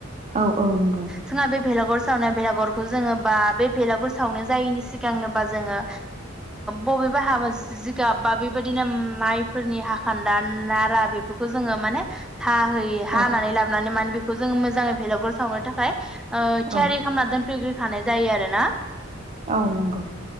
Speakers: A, on the right; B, in the centre.
A: औ औ नंगौ
B: जोंहा बे भेलागुर सावनाय भेलागुरखौ जोङो बा बे भेलागुर सावनो जायैनि सिगांनोबा जोङो बबेबा हाबा जिगाब बा बेबायदिनो माइफोरनि हाखान्दा नारा बेफोरखौ जोङो माने हाहै हानानै
A: औ
B: लाबोनानै माने बेखौ जोङो मोजाङै भेलागुर सावनो थाखाय
A: औ
B: थियारि खालामना दोनफैग्रोखानाय जायो आरो ना
A: औ नंगौ